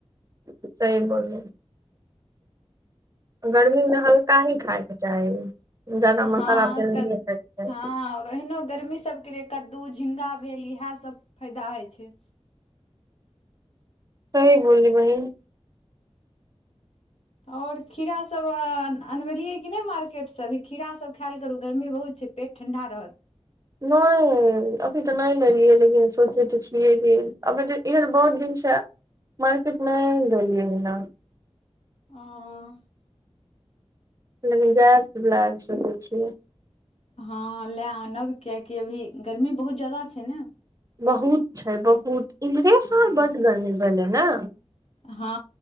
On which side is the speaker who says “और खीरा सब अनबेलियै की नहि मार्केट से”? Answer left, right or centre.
Left